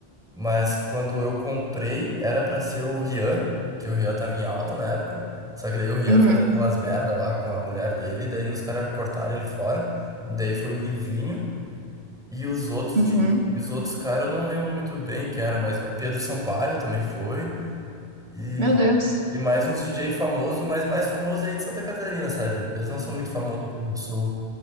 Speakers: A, in the centre; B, on the right.
A: mas quando eu comprei era pra ser o Rian, que o Rian tava em alta na época. Só que daí o Rian
B: Uhum.
A: fez aquelas merda lá com a mulher dele, daí os caras cortaram ele fora. Daí foi o Livinho. E os outros
B: Uhum.
A: de, e os outros caras eu não lembro muito bem quem era, mas o Pedro Sampaio também foi. E,
B: Meu Deus.
A: e mais uns DJ famosos, mas mais famoso aí de Santa Catarina, sabe? Eles não são muito famosos aqui no sul,